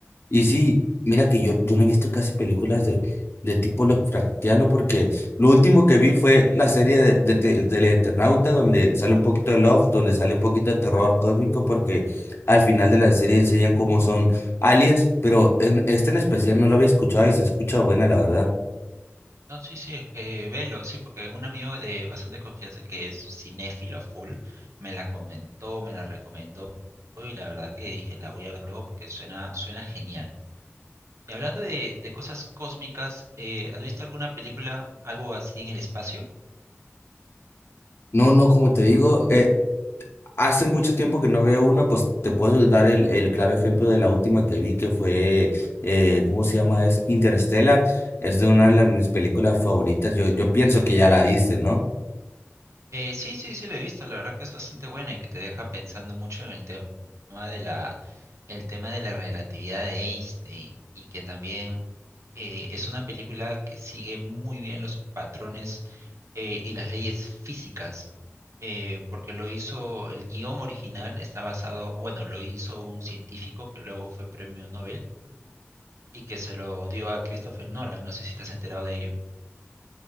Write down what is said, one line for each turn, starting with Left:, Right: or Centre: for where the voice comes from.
Left: Y sí, mira que yo, yo no he visto casi películas de, de tipo Lovecraftiano porque lo último que vi fue la serie de, de, te- del Eternauta donde sale un poquito de love, donde sale un poquito de terror cósmico porque al final de la serie enseñan cómo son aliens, pero en, este en especial no lo había escuchado y se escucha buena, la verdad.
Right: No, sí, sí, eh, velo, sí, porque un amigo de bastante confianza que es cinéfilo a full me la comentó, me la recomendó y la verdad que dije la voy a ver luego porque suena, suena genial. Y hablando de, de cosas cósmicas, eh, ¿has visto alguna película, algo así en el espacio?
Left: No, no, como te digo, eh, Hace mucho tiempo que no veo una, pues te puedo dar el, el claro ejemplo de la última que vi, que fue, eh, ¿cómo se llama? Es Interstellar. Es de una de las- mis películas favoritas. Yo, yo pienso que ya la viste, ¿no?
Right: Eh, sí, sí, sí, la he visto, la verdad que es bastante buena y que te deja pensando mucho en el tema de la, el tema de la relatividad de Einstein y que también eh, es una película que sigue muy bien los patrones eh, y las leyes físicas, eh, porque lo hizo, el guión original está basado, bueno, lo hizo un científico que luego fue premio Nobel y que se lo dio a Christopher Nolan, no sé si te has enterado de ello.